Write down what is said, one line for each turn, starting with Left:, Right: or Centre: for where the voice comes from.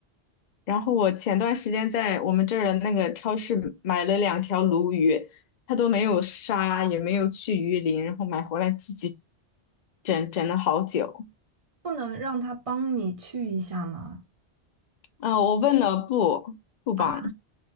Left: 然后我前段时间在我们这儿的那个超市买了两条鲈鱼，它都没有杀，也没有去鱼鳞，然后买回来自己整整了好久。
Right: 不能让他帮你去一下吗？
Left: 啊，我问了不不帮，
Right: 啊，